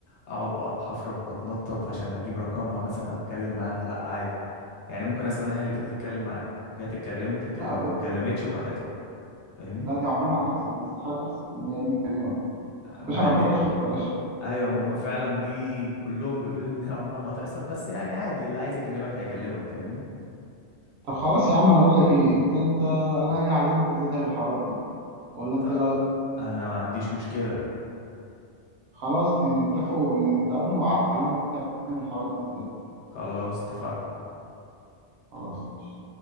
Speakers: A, on the left (about 80°); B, on the right (about 65°).
A: اقعد بقى اتحفرك واتنطط عشان اجيب رقمها مثلا او اتكلم معاها لا عادي يعني ممكن استناها هي اللي تيجي تتكلم معايا جت اتكلمت اتكلمت
B: لا ب...
A: ما اتكلمتش براحتها فاهمني
B: لا دي عمرها ما هتحصل دي استحاله تحصل ان هي دي تكلمك
A: ما
B: باشا انا
A: دي
B: بحط خطه يا باشا
A: ايوه ما هم فعلا دي كلهم بيقولوا لي ان هي عمرها ما هتحصل بس يعني عادي اللي عايز يكلمك هيكلمك فاهمني
B: طب خلاص يا عم انا بقول لك ايه انت انت انا هاجي اعلمك ازاي تعمل الحوارات دي ولا انت
A: طب
B: ايه رايك
A: انا ما عنديش مشكله
B: خلاص ت- اتفقوا اه، تقابلوا واعلمك تعمل الحوارات دي ازاي
A: خلاص اتفقنا
B: خلاص ماشي